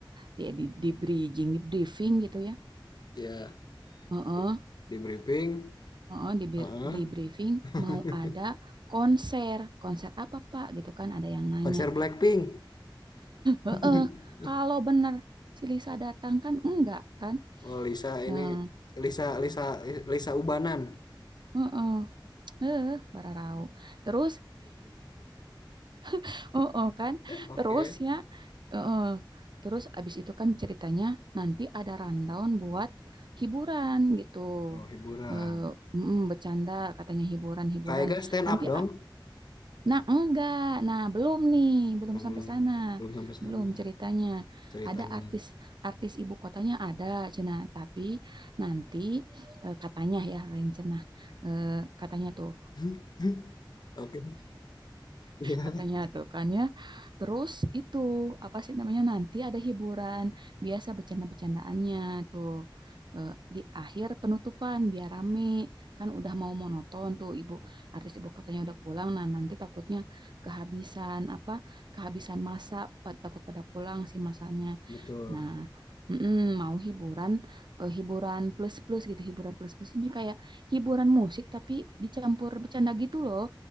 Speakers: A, on the right; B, on the left.
A: di di, di bridging, di briefing gitu ya.
B: ya
A: Heeh,
B: di, di briefing.
A: heeh, di bir-
B: Heeh.
A: di briefing
B: <laughs>
A: mau ada konser, konser apa Pak gitu kan ada yang nanya.
B: Konser Blackpink.
A: Heeh,
B: <laughs>
A: kalau benar si Lisa datang kan enggak kan?
B: Oh Lisa
A: Hmm,
B: ini Lisa Lisa Lisa Ubanan.
A: heeh, eh, bararau. Terus, <laughs> heeh kan?
B: Oke.
A: Terus ya, heeh. Terus abis itu kan ceritanya nanti ada rundown buat hiburan gitu.
B: Oh hiburan.
A: Eh, mm, bercanda katanya hiburan-hiburan.
B: Kayaknya stand
A: Nanti
B: up dong.
A: a- Nah, enggak. Nah, belum nih, belum
B: Oh,
A: sampai
B: belum
A: sana.
B: belum sampai sana
A: Belum ceritanya.
B: ceritanya.
A: Ada artis artis ibu kotanya ada Cenah, tapi nanti eh, katanya ya lain Cenah. Eh, katanya tuh
B: <laughs> Oke, ya
A: katanya tuh kan ya. Terus itu apa sih namanya nanti ada hiburan biasa bercanda-bercandaannya tuh Eh, di akhir penutupan biar rame kan udah mau monoton tuh ibu artis ibu katanya udah pulang nah nanti takutnya kehabisan apa kehabisan masa pa- takut pada pulang si masanya
B: betul.
A: Nah, mm-mm, mau hiburan, eh, hiburan plus-plus gitu, hiburan plus-plus itu kayak hiburan musik tapi dicampur bercanda gitu loh.